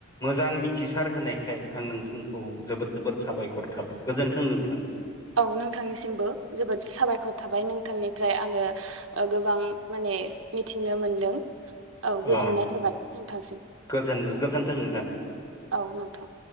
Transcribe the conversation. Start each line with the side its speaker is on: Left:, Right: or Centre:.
Left: मोजां मिथिसार होनायखाय आं नोंथांखौ जोबोद जोबोद साबायखर थाबाय गोजोन्थों नोंथां
Right: औ नोंथांनिसिमबो जोबोद साबायखर थाबाय नोंथांनिफ्राय आङो ओ गोबां माने मिथिनो मोनदों। औ गोजोननाय
Left: अ
Right: थाबाय नोंथांसिम
Left: गोजोन गोजोनथों नोंथां
Right: औ नोंथां